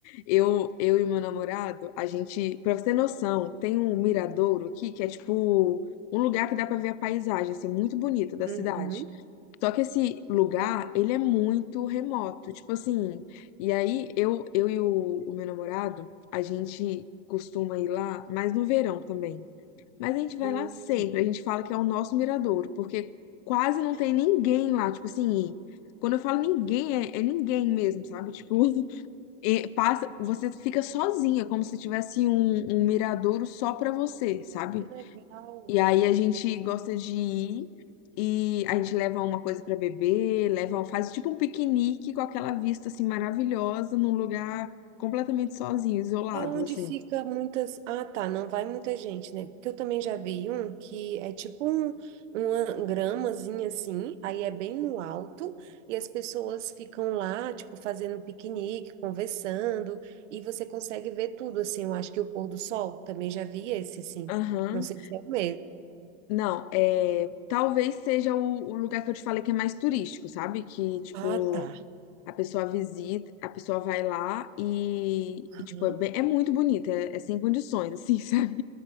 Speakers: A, on the left; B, on the right.
A: Eu, eu e meu namorado, a gente, pra você ter noção, tem um miradouro aqui que é tipo um lugar que dá pra ver a paisagem, assim, muito bonita da
B: Uhum.
A: cidade. Só que esse lugar, ele é muito remoto, tipo assim. E aí eu, eu e o, o meu namorado, a gente costuma ir lá, mas no verão também. Mas a gente vai
B: Hum,
A: lá sempre, a gente fala que é o nosso miradouro, porque quase não tem ninguém lá, tipo assim. Quando eu falo ninguém, é, é ninguém mesmo, sabe? Tipo, e passa, você fica sozinha, como se tivesse um, um miradouro só pra você, sabe?
B: que legal.
A: E aí
B: Uhum.
A: a gente gosta de ir e a gente leva uma coisa pra beber, leva, faz tipo um piquenique com aquela vista assim maravilhosa num lugar
B: Ah,
A: completamente sozinho, isolado,
B: É onde
A: assim.
B: fica muitas. Ah, tá, não vai muita gente, né? Porque eu também já vi um que é tipo um, uma gramazinha assim, aí é bem no alto, e as pessoas ficam lá, tipo, fazendo piquenique, conversando, e você consegue ver tudo, assim. Eu acho que o pôr do sol também já vi esse, assim.
A: Aham.
B: Não sei se é o mesmo.
A: Não, é, talvez seja o, o lugar que eu te falei que é mais turístico, sabe? Que tipo
B: Ah, tá.
A: A pessoa visita, a pessoa vai lá e,
B: Aham.
A: e, tipo, é, bem- é muito bonita, é, é sem condições, assim, <laughs> sabe?